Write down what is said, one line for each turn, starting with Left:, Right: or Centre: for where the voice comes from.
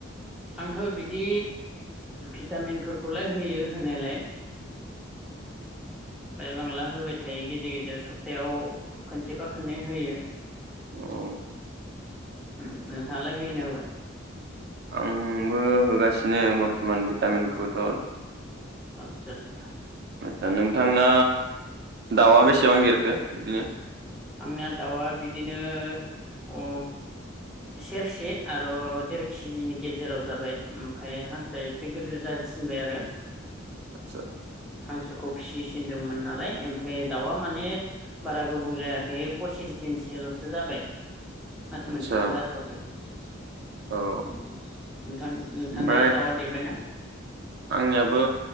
Centre: आंथ' बिदि भिटामिन फोरखौलाय होयो होनायालाय बाय बांला होबाय थायो गेजेर गेजेर सप्तायाव खनसेबा खननै होयो
Right: औ
Centre: उम नोंथांआलाय हैयोना होआ
Right: आंबो होगासिनो बर्थमान भिटामिनखौथ'
Centre: आतसा आतसा
Right: आतसा नोंथांना दाउआ बेसेबां देरखो बिदिनो
Centre: आंना दाउआ बिदिनो अ सेरसे आरो देर केजिनि गेजेराव जाबाय ओमफाय हांसोआ एसे गिदिर जासिनबाय आरो
Right: आदसा
Centre: हांसोखौ फिसिसिनदोंमोन नालाय ओमफ्राय दाउआ माने बारा गोबाव जायाखै पसिस दिनसल'सो जाबाय मास
Right: आदसा
Centre: मोनसेबो जाथ'वाखै उम
Right: औ
Centre: नोंथां नोंथांनालाय
Right: ओमफ्राय
Centre: दाउआ देरबायना
Right: आंनियाबो